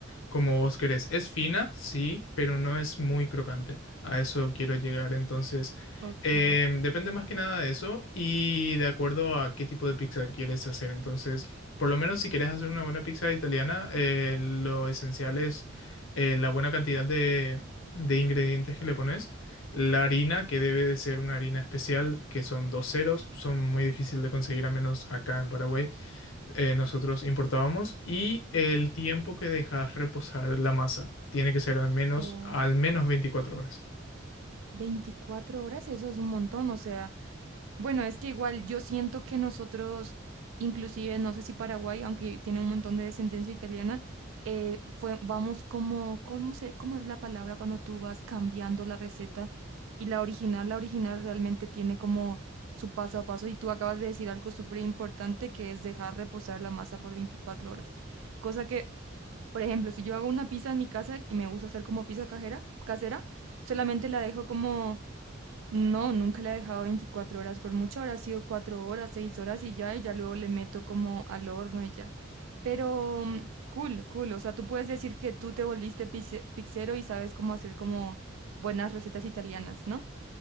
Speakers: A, on the left; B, on the right.
A: como vos querés. Es fina, sí, pero no es muy crocante. A eso quiero llegar. Entonces,
B: Ok.
A: eh, depende más que nada de eso y de acuerdo a qué tipo de pizza quieres hacer. Entonces, por lo menos si quieres hacer una buena pizza italiana, eh, lo esencial es eh, la buena cantidad de, de ingredientes que le pones. La harina, que debe de ser una harina especial, que son dos ceros, son muy difícil de conseguir, a menos acá en Paraguay eh, nosotros importábamos y el tiempo que dejas reposar la masa tiene que ser al menos,
B: O
A: al menos 24 horas.
B: 24 horas, eso es un montón, o sea. Bueno, es que igual yo siento que nosotros, inclusive, no sé si Paraguay, aunque tiene un montón de descendencia italiana, eh, fue, vamos como, ¿cómo se, cómo es la palabra cuando tú vas cambiando la receta? Y la original, la original realmente tiene como su paso a paso y tú acabas de decir algo súper importante que es dejar reposar la masa por 24 horas. Cosa que, por ejemplo, si yo hago una pizza en mi casa y me gusta hacer como pizza cajera, casera, solamente la dejo como... No, nunca la he dejado 24 horas, por mucho habrá sido 4 horas, 6 horas y ya, y ya luego le meto como al horno y ya. Pero mm, cool, cool, o sea, tú puedes decir que tú te volviste pice- pizzero y sabes cómo hacer como buenas recetas italianas, ¿no?